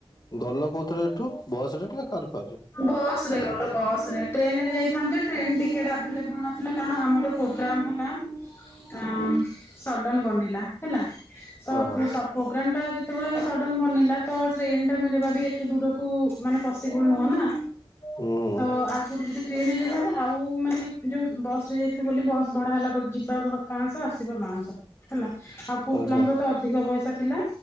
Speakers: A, on the left (about 45°); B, on the left (about 25°).
A: ଗଲ କୋଉଥିରେ ଏଠୁ ବସ ରେ ନା କାର ଫା
B: ବସ ରେ ଗଲୁ ବସ ରେ ଟ୍ରେନରେ ଯାଇଥାନ୍ତୁ ଯେ ଟ୍ରେନ ଟିକେଟ ଆଭେଲେବୁଲ ନ <unintelligible> ଆମର ପୋଗ୍ରାମ ହେଲା ଆ ସଡ଼ନ ବନିଲା ହେଲା ତ
A: ଓହୋ।
B: ପୋ ସ ପୋଗ୍ରାମ୍ ଟା ଯେତେବେଳେ ସଡ଼ନ ବନିଲା ତ ଟ୍ରେନ୍ ଟା ମିଳିବା ବି ଏତେ ଦୂରକୁ ମାନେ ପସିବୁଲ ନୁହଁ ନା।
A: ହୁଁ
B: ତ ଆଗୁରୁ ଯଦି ଟ୍ରେନ୍ ରେ ଯାଇଥାନ୍ତେ ଆଉ ମାନେ ଯୋଉ ବସ ରେ ଯାଇଥିଲୁ ବୋଲି ବସ୍ ଭଢା ହେଲା ଗୋ ଯିବା ପାଆଁସ ଆସିବା ପାଆଁସ। ହେଲା ଆଉ ପୁଅପିଲାଙ୍କର
A: ଆଚ୍ଛା
B: ତ ଅଧିକ ପଇସା ଥିଲା।